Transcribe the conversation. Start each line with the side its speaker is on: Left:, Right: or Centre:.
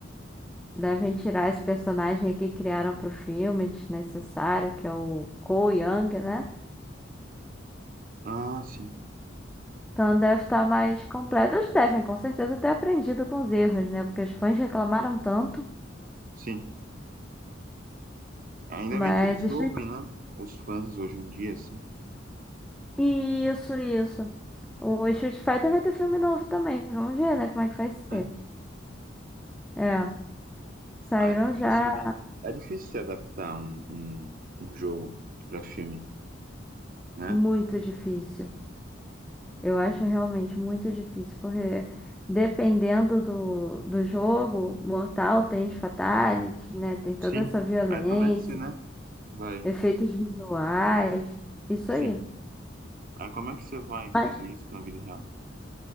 Centre: Devem tirar esse personagem aí que criaram pro filme, desnecessário, que é o Cole Young, né?
Right: Ah, sim.
Centre: Então deve estar mais completo. Eles devem, com certeza, ter aprendido com os erros, né? Porque os fãs reclamaram tanto.
Right: Sim. Ainda
Centre: Mas.
Right: bem que eles
Centre: Street-
Right: ouvem, né? Os fãs hoje em dia, assim,
Centre: Isso, isso. O Street Fighter vai ter filme novo também. Vamos ver, né? Como é que vai ser.
Right: né?
Centre: É. Saíram
Right: Ah, é difícil,
Centre: já
Right: né? É difícil se adaptar um, um, um jogo pra filme. Né?
Centre: muito difícil. Eu acho realmente muito difícil, porque dependendo do, do jogo, Mortal tem os fatalities, né? Tem toda
Right: Sim.
Centre: essa violência,
Right: Aí como é que você, né? Vai.
Centre: efeitos visuais, isso
Right: Sim.
Centre: aí.
Right: Aí como é que você vai
Centre: Mas,
Right: fazer isso na vida real?